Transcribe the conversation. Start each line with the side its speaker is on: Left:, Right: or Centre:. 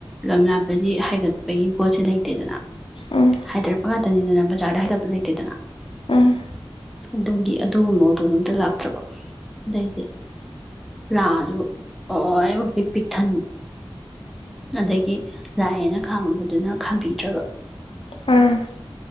Centre: ꯂꯝ ꯂꯥꯞꯄꯗꯤ ꯍꯥꯏꯒꯠꯄꯒꯤ ꯄꯣꯠꯁꯤ ꯂꯩꯇꯦꯗꯅ꯫
Left: ꯎꯝ
Centre: ꯍꯥꯏꯊꯔꯛꯄ ꯉꯥꯛꯇꯅꯤꯗꯅ ꯕꯖꯥꯔꯗ ꯍꯥꯏꯒꯠꯄ ꯂꯩꯇꯦꯗꯅ꯫
Left: ꯎꯝ꯫
Centre: ꯑꯗꯨꯒꯤ ꯑꯗꯨꯒꯨꯝꯕ ꯑꯣꯇꯣꯗꯣ ꯑꯝꯇ ꯂꯥꯛꯇ꯭ꯔꯕ ꯑꯗꯩꯗꯤ ꯂꯥꯛꯑꯖꯨ ꯑꯣ ꯑꯣ ꯑꯩꯕꯨ ꯄꯤꯛ ꯄꯤꯛꯊꯟ ꯑꯗꯒꯤ ꯂꯥꯛꯑꯦꯅ ꯈꯥꯝꯕꯗꯨꯅ ꯈꯥꯝꯕꯤꯗ꯭ꯔꯕ꯫
Left: ꯎꯝ꯫